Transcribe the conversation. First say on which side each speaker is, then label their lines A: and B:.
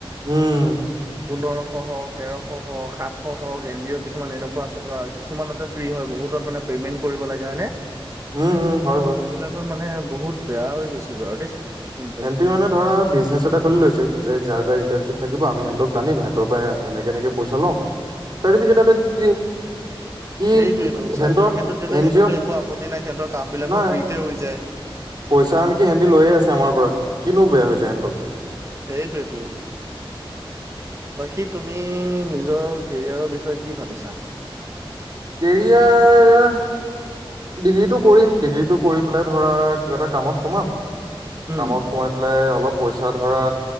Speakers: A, on the right (about 50°); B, on the right (about 30°).
A: উম
B: পোন্ধৰশ হওক তেৰশ হওক সাতশ হওক এন জি অ' কিছুমান এনেকুৱা আছে ধৰা কিছুমান এতে ফ্ৰী হয় বহুত সোতত মানে পেমেন্ট কৰিব লাগে হয় নে
A: উম, উম, হয়, হয়।
B: এইবিলাকৰ মানে বহুত বেয়া হৈ গৈছে বাৰু দেই ইণ্টাৰ্ণশ্বিপ
A: সিহ মানে ধৰা বিজনেছ এটা খুলি লৈছে যে যাৰ যাৰ ইণ্টাৰ্নশ্বিপ থাকিব সিহতক টানিম সিহঁতৰ পৰাই এনেকে এনেকে পইচা ল'ম চাৰ্টিফিকেট এ দি দিম কি
B: সেইটোৱটো
A: কি
B: চাৰ্টিফিকেটতো
A: সেহতৰ
B: সিহঁতৰতো
A: এন জি অ'
B: একো আপত্তি নাই সিহঁতৰ কাম বিলাকো
A: নহয়
B: ফ্ৰীতে হৈ যায়
A: পইচা আনকি সিহঁতি লৈয়ে আছে আমাৰ পৰা কিনো বেয়া হৈছে সিহঁতক
B: সেইটোয়েটো বাকী তুমি নিজৰ কেৰিয়াৰৰ বিষয়ে কি ভাবিছা
A: কেৰিয়াৰ ডিগ্ৰীটো কৰিম ডিগ্ৰীটো কৰি পেলাই ধৰা কিবা এটা কামত সোমাম
B: উম
A: কামত
B: উম
A: সোমাই পেলাই অলপ পইচা ধৰা